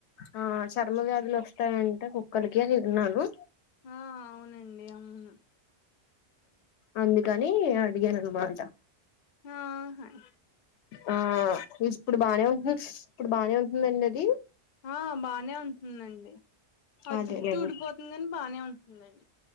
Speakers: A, on the left; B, on the left.
A: ఆ చర్మవ్యాధులు వస్తాయంట కుక్కలకి అని విన్నాను
B: ఆ అవునండి అవును
A: అందుకనీ అడిగానన్మాట
B: ఆ హై
A: ఆ విస్పుడు బానే ఉంటుంది ష్ ఇప్పుడు బానే ఉంటుంది లేండి అది
B: ఆ బానే ఉంటుందండి ఆ
A: అదేలేండి
B: జుట్టు ఉడిపోతుంది కాని బానే ఉంటుందండి